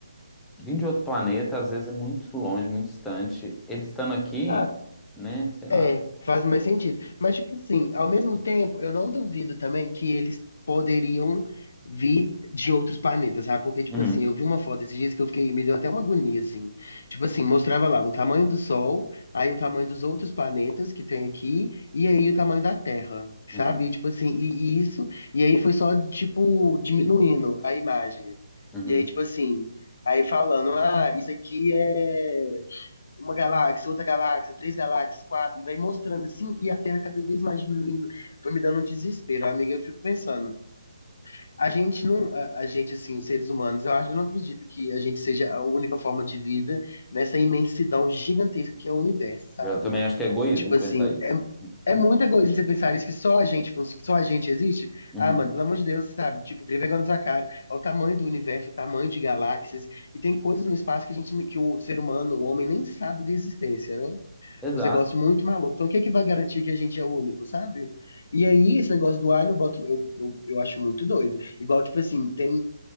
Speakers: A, in the centre; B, on the left.
A: vir de outro planeta, às vezes, é muito longe, muito distante. Eles estando aqui,
B: Ah,
A: né? Sei lá.
B: É, faz mais sentido. Mas, tipo assim, ao mesmo tempo, eu não duvido também que eles poderiam vir de outros planetas, sabe? Porque, tipo
A: Uhum,
B: assim, eu vi uma foto esses dias que eu fiquei, me deu até uma agonia, assim. Tipo assim, mostrava lá o tamanho do Sol, aí o tamanho dos outros planetas que tem aqui, e aí o tamanho da Terra, sabe?
A: uhum,
B: E, tipo assim, e, e isso, e aí foi só, tipo, diminuindo a imagem.
A: uhum.
B: E aí, tipo assim, aí falando, ah, isso aqui é uma galáxia, outra galáxia, três galáxias, quatro, vai mostrando assim, e a Terra cada vez mais diminuindo, foi me dando um desespero, amiga, eu fico pensando, a gente não, a, a gente assim, os seres humanos, eu acho, eu não acredito que a gente seja a única forma de vida nessa imensidão gigantesca que é o universo, sabe?
A: Eu também acho que é egoísmo
B: Tipo assim,
A: pensar isso.
B: é, é
A: Uhum.
B: muito egoísmo você pensar isso, que só a gente, fun- que só a gente existe.
A: uhum.
B: Ah, mano, pelo amor de Deus, sabe? Tipo, tem vergonha na sua cara. Olha o tamanho do universo, o tamanho de galáxias. E tem coisas no espaço que a gente, que o ser humano, o homem, nem sabe da existência, né?
A: Exato.
B: os negócios muito malucos. Então, o que é que vai garantir que a gente é único, sabe? E aí, esse negócio do Alien, eu, boto, eu, eu, eu acho muito doido. Igual, tipo assim, tem